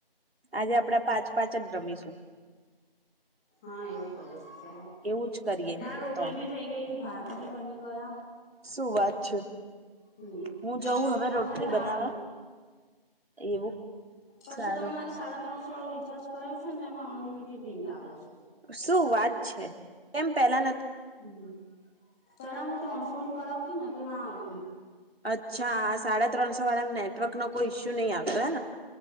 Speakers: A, on the right; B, in the centre.
A: આજે આપડા પાંચ પાંચ જ રમીશું.
B: હા એવું કરીશ ચ
A: એવું જ કરીએ
B: રોટલી
A: તો
B: બી થઈ ગઈ ભાત બી બની ગયા.
A: સુું વાચ.
B: હમ
A: હું જઉં હવે રોટલી
B: ખાલી દાળ
A: બનાવા એવું.
B: પછું
A: સારું
B: તમે મારે સાડા ત્રણસો વાળું રિચાર્જ કરાવ્યું છેો ને તે એમાં અનલિમિટેડ નેટ આવે છે.
A: શું વાત છે કેમ પહેલા.
B: હમ ચરા હું ત્રણસો નું કરાવતી ને તો ના આવતીું.
A: અચ્છા સાડા ત્રણસો વાળા નેટવર્ક નો કોઈ ઈસ્યુ નહી આવતો હે.